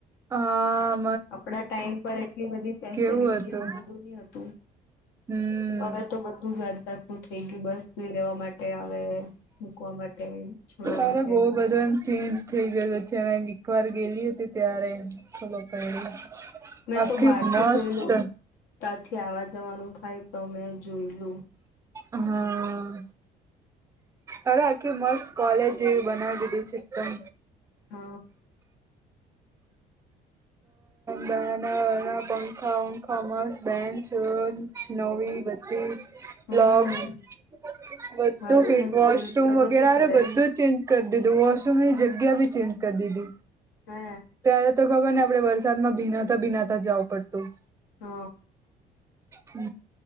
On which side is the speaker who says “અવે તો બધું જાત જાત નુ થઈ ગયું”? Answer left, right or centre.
Left